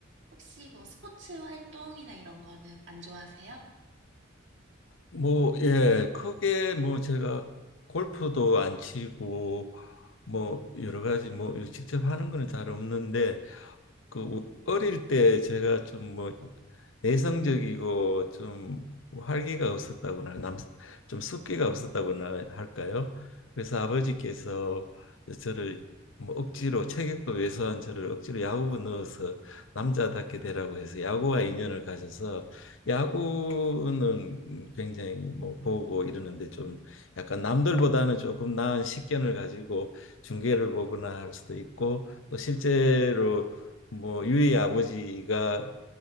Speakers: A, on the right (about 65°); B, on the left (about 75°).
A: 혹시 뭐 스포츠 활동이나 이런 거는 안 좋아하세요?
B: 뭐, 예, 크게 뭐 제가 골프도 안 치고 뭐 여러 가지 뭐 직접 하는 거는 잘 없는데 그 뭐 어릴 때 제가 좀 뭐 내성적이고 좀 활기가 없었다고나 남좀 숫기가 없었다고나 할까요? 그래서 아버지께서 저를 뭐 억지로 체격도 왜소한 저를 억지로 야구부 넣어서 남자답게 되라고 해서 야구와 인연을 가져서 야구는 굉장히 뭐 보고 이러는데 좀 약간 남들보다는 조금 나은 식견을 가지고 중계를 보거나 할 수도 있고 또 실제로 뭐 유의 아버지가